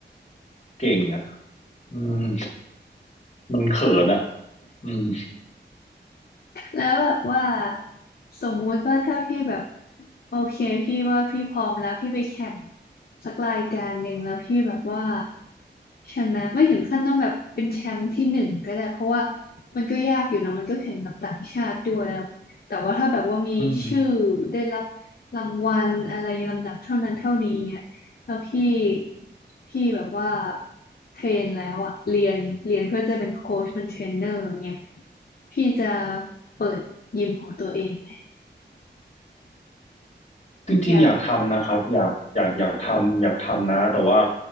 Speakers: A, on the left (about 35°); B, on the left (about 55°).
A: เก่งอ่ะอืมมันเขินอ่ะอืม
B: แล้วแบบว่าสมมุติว่าถ้าพี่แบบโอเคพี่ว่าพี่พร้อมแล้วพี่ไปแข่งสักรายการหนึ่งแล้วพี่แบบว่าชนะไม่ถึงขั้นต้องแบบเป็นแชมป์ที่หนึ่งก็ได้เพราะว่ามันก็ยากอยู่เนอะมันก็แข่งกับต่างชาติด้วยแล้วแต่ว่าถ้าแบบว่ามีชื่อได้รับ
A: อืม
B: รางวัลอะไรลำดับเท่านั้นเท่านี้เนี่ย แล้วพี่พี่แบบว่าเทรนแล้วอะเรียนเรียนเพื่อจะเป็นโค้ชเป็นเทรนเนอร์อย่างเงี้ยพี่จะเปิดยิมของตัวเองไหม
A: จริงๆอยากทำนะครับอยากอยากอยากทำอยากทำนะแต่ว่า
B: อยาก